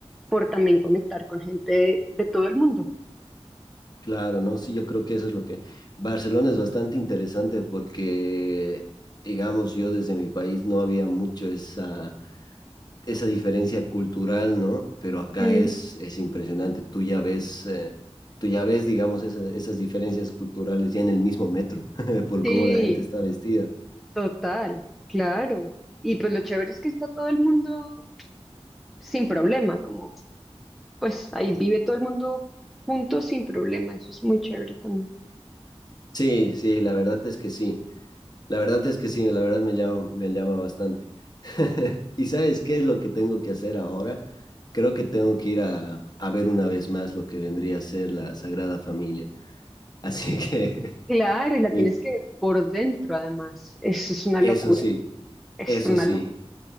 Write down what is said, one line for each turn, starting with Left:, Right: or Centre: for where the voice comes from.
Centre: por también conectar con gente de, de todo el mundo.
Left: claro, ¿no? Sí, yo creo que eso es lo que... Barcelona es bastante interesante porque, digamos, yo desde mi país no había mucho esa esa diferencia cultural, ¿no? Pero acá
Centre: Mm,
Left: es, es impresionante. Tú ya ves, eh, tú ya ves, digamos, esa- esas diferencias culturales ya en el mismo metro, <laughs> por
Centre: Sí.
Left: cómo la gente está vestida.
Centre: Total, claro. Y pues lo chévere es que está todo el mundo sin problema, como pues ahí vive todo el mundo juntos sin problema, eso es muy chévere también.
Left: Sí, sí, la verdad es que sí. La verdad es que sí, la verdad me llama, me llama bastante. <laughs> ¿Y sabes qué es lo que tengo que hacer ahora? Creo que tengo que ir a, a ver una vez más lo que vendría a ser la Sagrada Familia. Así que,
Centre: Claro,
Left: <laughs>
Centre: y la tienes que ver por dentro además, eso es una
Left: eso
Centre: locura,
Left: sí,
Centre: es
Left: eso
Centre: una
Left: sí.
Centre: locura.